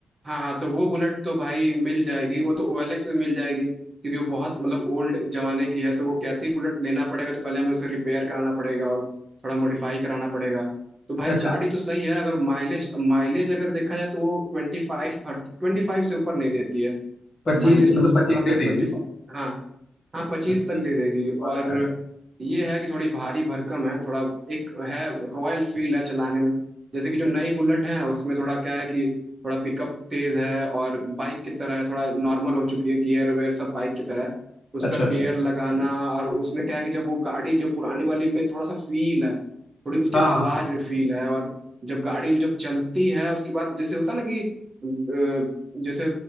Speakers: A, on the right; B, on the left.
A: हाँ हाँ तो वो बुलेट तो भाई मिल जाएगी वो तो OLX में मिल जाएगी क्योंकि वो बहुत मतलब ओल्ड जमाने की है तो वो कैसी बुलेट लेना पड़ेगा तो पहले हमें उसे रिपेयर कराना पड़ेगा और थोड़ा मॉडिफाई कराना पड़ेगा तो भाई
B: अच्छा
A: गाड़ी तो सही है अगर माइलेज माइलेज अगर देखा जाए तो वो ट्वेंटी फाइव थर्टी ट्वेंटी फाइव से ऊपर नहीं देती है
B: पच्चीस
A: माइलेज
B: तो मतलब
A: तो उसका
B: पच्चीस
A: कम
B: दे
A: है
B: देगी
A: ट्वेंटी
B: ना
A: फाइव हाँ हाँ पच्चीस
B: पच्चीस
A: तक दे देगी और
B: बहुत है
A: ये है कि थोड़ी भारी भरकम है थोड़ा एक है रॉयल फील है चलाने में जैसे कि जो नई बुलेट है उसमें थोड़ा क्या है कि थोड़ा पिकअप तेज है और बाइक की तरह है थोड़ा नॉर्मल हो चुकी है गियर वेयर सब बाइक की तरह है उसका
B: अच्छा अच्छा
A: गियर लगाना और उसमें क्या है कि जब वो गाड़ी जो पुरानी वाली में थोड़ा सा फील है थोड़ी उसकी
B: हाँ
A: आवाज
B: हाँ हाँ
A: में फील है और जब गाड़ी जब चलती है उसके बाद जैसे होता है ना कि जैसे